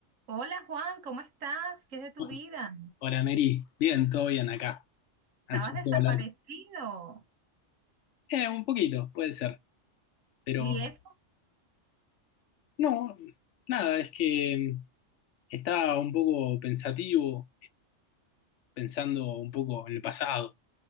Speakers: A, on the right; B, on the left.
A: Hola Juan, ¿cómo estás? ¿Qué es de tu
B: Bueno,
A: vida?
B: hola Mary, bien, todo bien acá. Ansioso
A: Estabas desaparecido.
B: de hablar. Eh, un poquito, puede ser, pero
A: ¿Y eso?
B: no, nada, es que mm, estaba un poco pensativo, pensando un poco en el pasado.